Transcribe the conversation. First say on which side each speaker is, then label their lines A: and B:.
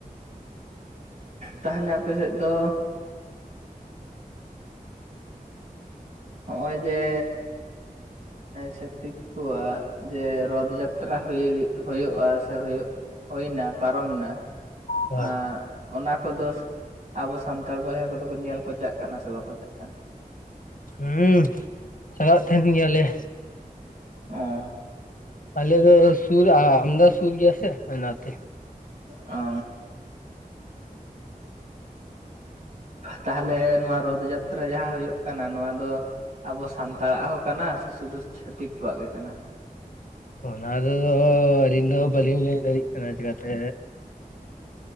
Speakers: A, on the right; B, on the left.
A: ᱛᱟᱦᱟᱞᱮ ᱟᱯᱮ ᱥᱮᱫ ᱫᱚ ᱦᱚᱜ-ᱚᱸᱭ ᱡᱮ ᱪᱷᱟᱹᱛᱤᱠ ᱠᱚᱣᱟᱜ ᱡᱮ ᱨᱚᱛ ᱡᱟᱛ ᱛᱨᱟ ᱦᱩᱭᱩᱜ ᱦᱩᱭᱩᱜ-ᱟ ᱥᱮ ᱦᱩᱭᱱᱟ ᱯᱟᱨᱚᱢᱱᱟ
B: ᱦᱳᱭ
A: ᱮᱸᱜ ᱚᱱᱟ ᱠᱚᱫᱚ ᱟᱵᱚ ᱥᱟᱱᱛᱟᱲ ᱵᱚᱭᱦᱟ ᱠᱚᱫᱚ ᱠᱚ ᱧᱮᱞ ᱠᱚ ᱪᱟᱜ ᱠᱟᱱᱟ ᱥᱮ ᱵᱟᱠᱚ ᱪᱟᱜ ᱠᱟᱱᱟ?
B: ᱦᱩᱸ ᱪᱟᱞᱟᱜ ᱛᱟᱦᱮᱱ ᱜᱮᱭᱟᱞᱮ᱾
A: ᱚᱸ᱾
B: ᱟᱞᱮ ᱫᱚ ᱥᱩᱨ ᱟᱢᱫᱚ ᱥᱩᱨ ᱜᱮᱭᱟ ᱥᱮ ᱚᱱᱟᱛᱮ᱾
A: ᱚ᱾ ᱛᱟᱦᱚᱞᱮ ᱱᱚᱣᱟ ᱨᱚᱫᱽ ᱡᱟᱛᱨᱟ ᱡᱟᱦᱟᱸ ᱦᱩᱭᱩᱜ ᱠᱟᱱᱟ ᱱᱚᱶᱟ ᱫᱚ ᱟᱵᱚ ᱥᱟᱱᱛᱟᱲᱟᱜ ᱦᱚᱸ ᱠᱟᱱᱟ ᱥᱮ ᱥᱩᱫᱩ ᱪᱷᱟᱹᱛᱤᱠ ᱠᱚᱣᱟᱜ ᱜᱮ ᱠᱟᱱᱟ?
B: ᱚᱱᱟ ᱨᱮ ᱫᱚ ᱟᱹᱞᱤᱧ ᱫᱚ ᱵᱟᱹᱞᱤᱧ ᱞᱟᱹᱭ ᱫᱟᱲᱤᱜ ᱠᱟᱱᱟ ᱪᱮᱠᱟ ᱛᱮ?